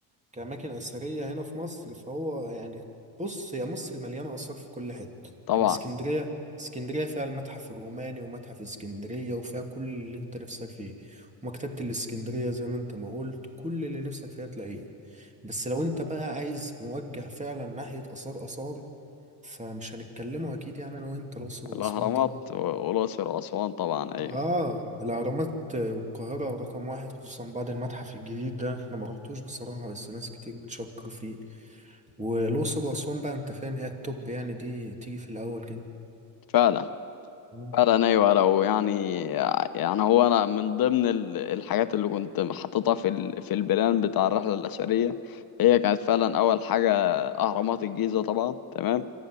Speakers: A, on the right; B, on the left.
A: كأماكن أثرية هنا في مصر فهو يعني بص هي مصر مليانة آثار في كل حتة
B: طبعا
A: يعني اسكندرية اسكندرية فيها المتحف الروماني ومتحف اسكندرية وفيها كل اللي انت نفسك فيه ومكتبة الاسكندرية زي ما انت ما قلت كل اللي نفسك فيها تلاقيه بس لو انت بقى عايز موجه فعلا ناحية آثار آثار فمش هنتكلموا أكيد يعني أنا وأنت الأقصر وأسوان
B: الاهرامات
A: طبعا
B: و- والاقصر واسوان طبعا ايوه
A: آه الأهرامات والقاهرة رقم واحد خصوصا بعد المتحف الجديد ده أنا ما رحتوش بصراحة بس ناس كتير بتشكر فيه والاقصر واسوان بقى انت فاهم هي التوب يعني دي تيجي في الاول كده
B: فعلا
A: مم.
B: فعلا ايوه لو يعني يعني هو انا من ضمن ال- الحاجات اللي كنت حاططها في ال... في البلان بتاع الرحله الاثريه هي كانت فعلا اول حاجه اهرامات الجيزه طبعا تمام